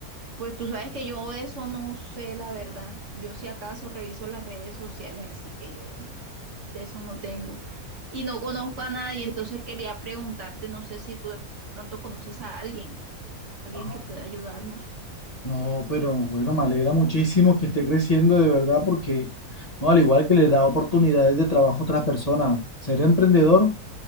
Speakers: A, on the right (about 50°); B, on the left (about 25°).
A: Pues tú sabes que yo de eso no sé la verdad. Yo si acaso reviso las redes sociales, así que yo de eso no tengo. Y no conozco a nadie, entonces quería preguntarte, no sé si tú de pronto conoces a alguien, alguien
B: Ah,
A: que pueda ayudarnos.
B: No, pero bueno, me alegra muchísimo que esté creciendo de verdad porque, no, al igual que le da oportunidades de trabajo a otras personas, ser emprendedor,